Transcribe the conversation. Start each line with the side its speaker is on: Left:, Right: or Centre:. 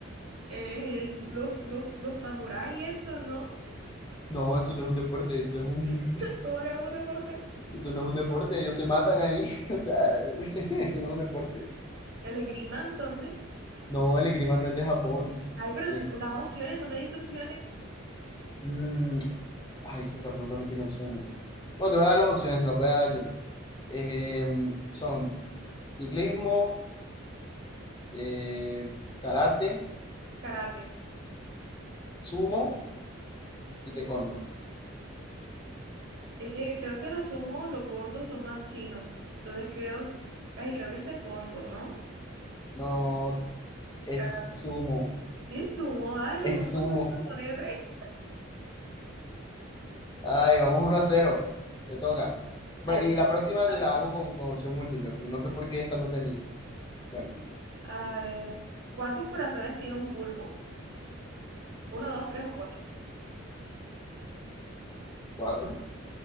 Right: eh, los, los, los samuráis estos, ¿no?
Left: No, eso no es un deporte, eso es un,
Right: <laughs> ¿Cómo que no es un deporte?
Left: <laughs> eso no es un deporte, ellos se matan ahí. <laughs> O sea, <laughs> eso no es un deporte.
Right: El esgrima, entonces.
Left: No, el esgrima no es de Japón.
Right: Ay, pero
Left: El-
Right: entonces dame opciones, no me diste opciones.
Left: Mm, ay, es que esa pregunta no tiene opciones. Bueno, te voy a dar las opciones, te las voy a dar yo. Eh, son ciclismo, eh, karate,
Right: Karate.
Left: sumo y
Right: Uy.
Left: taekwondo.
Right: Es que creo que lo sumo, los gordos son más chinos. Entonces creo, ay, creo que este es taekwondo, ¿no?
Left: No, es
Right: Karate.
Left: sumo,
Right: Sí, es sumo, ay, los
Left: <laughs>
Right: gordos
Left: es sumo.
Right: son japoneses.
Left: Ay, vamos uno a cero Te toca.
Right: Ay,
Left: Va,
Right: pero
Left: Y
Right: ya,
Left: la próxima
Right: ay.
Left: la hago con, con opción múltiple, porque no sé por qué esta no tenía. Bueno,
Right: A ver, ¿cuántos corazones tiene un pulpo? ¿Uno, dos, tres o cuatro?
Left: 4.